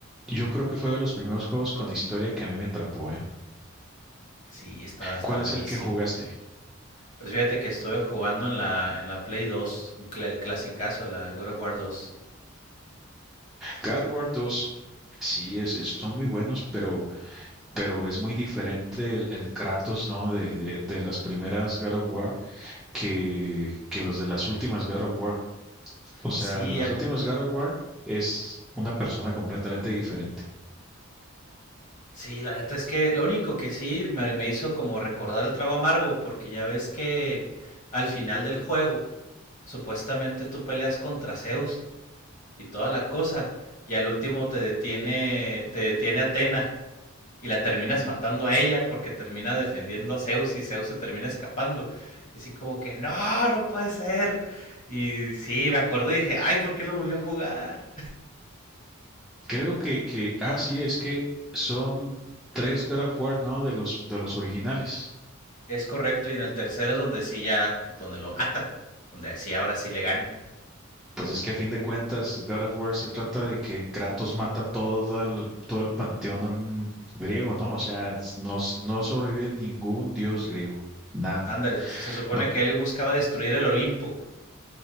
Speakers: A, in the centre; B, on the left.
A: yo creo que fue de los primeros juegos con historia que a mí me atrapó, ¿eh?
B: Sí, está, está
A: ¿Cuál
B: buenísimo.
A: es el que jugaste?
B: Pues fíjate que estuve jugando en la, en la Play 2, un cla- el clasicazo, la God of War 2. Esto-
A: God of War 2, Sí, es, es- son muy buenos, pero, pero es muy diferente el, el Kratos, ¿no? De, de, de las primeras God of War que, que los de las últimas God of War. O sea,
B: Sí,
A: los últimos God of War es una persona completamente diferente.
B: Sí, la neta es que lo único que sí me, me hizo como recordar el trago amargo, porque ya ves que al final del juego, supuestamente tú peleas contra Zeus y toda la cosa, y al último te detiene, te detiene Atena y la terminas matando a ella porque termina defendiendo a Zeus y Zeus se termina escapando. Y así como que, no, no puede ser. Y sí, me acordé y dije, ay, ¿por qué lo volvió a jugar?
A: Creo que, que, ah, sí, es que son tres God of War, ¿no? De los, de los originales.
B: Es correcto, y en el tercero es donde sí ya, pues donde lo mata, donde así ahora sí le gana.
A: Pues es que a fin de cuentas, God of War se trata de que Kratos mata todo el, todo el panteón griego, ¿no? O sea, no, no sobrevive ningún dios griego, nada,
B: Ándale, se, se supone
A: ¿no?
B: que él buscaba destruir el Olimpo, güey.